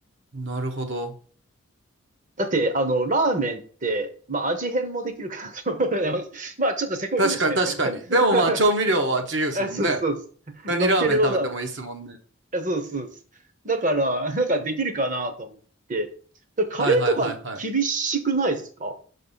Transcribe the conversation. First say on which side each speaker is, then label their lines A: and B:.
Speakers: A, on the right; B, on the right.
A: なるほど。
B: だって、あの、ラーメンって、まあ、味変もできるからと思うので <laughs> まあ、ちょっとせこいかもしれないですけど
A: 確かに確かに。でもまあ、調味料は自由ですもんね。
B: <laughs> あ、そうそうそう、
A: 何ラーメン食べてもいいですもんね。
B: 乗っけるものは、あそうそうそう、だから、なんかできるかなと思って。だカレーとか厳しくないですか
A: はいはいはいはい。